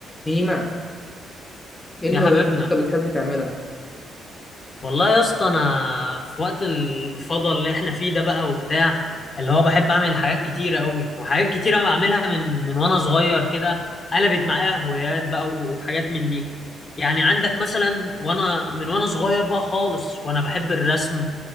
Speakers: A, on the left (about 15°); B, on the left (about 40°).
A: نيمة ايه الهوايات
B: يا حبيبنا
A: اللي انت بتحب تعملها
B: والله يا اسطى انا في وقت الفضل اللي احنا فيه ده بقى وبتاع اللي هو بحب اعمل حاجات كتيره قوي وحاجات كتيره بعملها من من وانا صغير كده قلبت معايا هوايات بقى وحاجات من دي يعني عندك مثلا وانا من وانا صغير بقى خالص وانا بحب الرسم